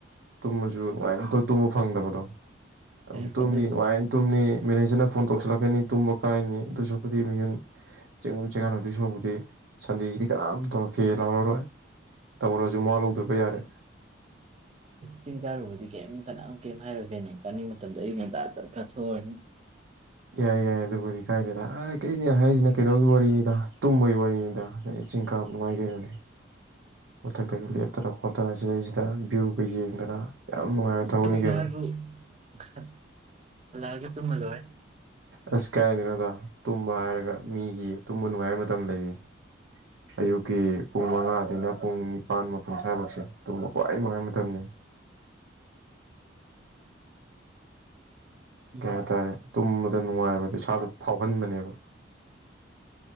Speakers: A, on the right; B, on the right.
A: ꯇꯨꯝꯃꯁꯨ ꯅꯨꯡꯉꯥꯏꯅꯧ ꯇꯨꯝꯕ ꯐꯪꯗꯕꯗꯣ ꯑꯗꯨꯝ
B: ꯑꯦ
A: ꯇꯨꯝꯅꯤ
B: ꯑꯗꯨꯏꯁꯨ
A: ꯅꯨꯡꯉꯥꯏ ꯇꯨꯝꯅꯤ ꯃꯦꯅꯦꯖꯔꯅ ꯐꯣꯟ ꯇꯧꯁꯤꯜꯂꯛꯀꯅꯤ ꯇꯨꯝꯕ ꯀꯥꯏꯅꯤ ꯗꯨꯁ ꯀꯨꯗꯤ ꯃꯤꯍꯨꯟ ꯆꯤꯡꯒꯨꯝ ꯆꯤꯡꯀꯥꯟꯅ ꯑꯗꯨꯏ ꯁꯥꯎꯕꯨꯗꯤ ꯁꯟꯗꯦꯁꯤꯗꯤ ꯀꯔꯝ ꯇꯧꯔꯛꯈꯤ ꯂꯥꯎꯔꯔꯣꯏ ꯇꯧꯔꯁꯨ ꯃꯥ ꯂꯧꯗꯕ ꯌꯥꯔꯦ
B: ꯆꯤꯟꯇꯥꯥꯔ ꯍꯧꯗꯤ ꯀꯦ ꯀꯅꯥꯝ ꯀꯩꯝ ꯍꯥꯏꯔꯣꯏꯒꯅꯤ ꯆꯥꯅꯤꯡ ꯃꯇꯝꯗ ꯑꯩ ꯃꯣꯟꯇꯥꯗ ꯍꯣꯏ
A: ꯌꯥꯏ ꯌꯥꯏꯌꯦ ꯑꯗꯨꯕꯨꯅꯤ ꯀ ꯀꯥꯏꯗꯦꯗ ꯑ ꯀꯩꯅꯦ ꯍꯥꯏꯔꯤꯁꯤꯅ ꯀꯩꯅꯣꯒꯤ ꯋꯥꯔꯤꯅꯤꯗ ꯇꯨꯝꯕꯣꯏ ꯋꯥꯔꯤꯅꯤꯗ ꯑꯗ ꯆꯤꯡ ꯀꯥ ꯅꯨꯡꯉꯥꯏ ꯀꯩꯅꯣꯅꯦ ꯃꯊꯛꯇꯒ ꯂꯦꯞꯇꯅ ꯈꯣꯠꯇꯅ ꯁꯤꯗꯩꯁꯤꯗ ꯚ꯭ꯌꯨꯒ ꯌꯦꯡꯗꯅ ꯌꯥꯝ ꯅꯨꯡꯉꯥꯏꯕ ꯊꯕꯛꯅꯤ
B: ꯇ
A: ꯀꯩꯅꯣ
B: ꯍꯥꯏꯕꯨ ꯐ ꯑꯗꯨꯨꯝꯃ ꯂꯣꯏꯦ
A: ꯑꯁ ꯀꯥꯏꯗꯅꯣꯗ ꯇꯨꯝꯕ ꯍꯥꯏꯔꯒ ꯃꯤꯒꯤ ꯇꯨꯝꯕ ꯅꯨꯡꯉꯥꯏꯕ ꯃꯇꯝ ꯂꯩꯌꯦ ꯑꯌꯨꯛ ꯀꯤ ꯄꯨꯡ ꯃꯉꯥꯗꯨꯅ ꯄꯨꯡ ꯅꯤ ꯃꯄꯥꯟ ꯃꯄꯨꯟ ꯁ ꯍꯥꯏꯕꯛꯁꯦ ꯇꯨꯝꯕ ꯈ꯭ꯋꯥꯏ ꯅꯨꯡꯉꯥꯏꯕ ꯃꯇꯝꯅꯤ
B: ꯎꯝ
A: ꯀꯩ ꯍꯥꯏꯇꯥꯔꯦ ꯇꯨꯝꯕꯗ ꯅꯨꯡꯉꯥꯏꯕꯗꯣ ꯏꯁꯥꯗ ꯐꯥꯎꯍꯟꯕꯅꯦꯕ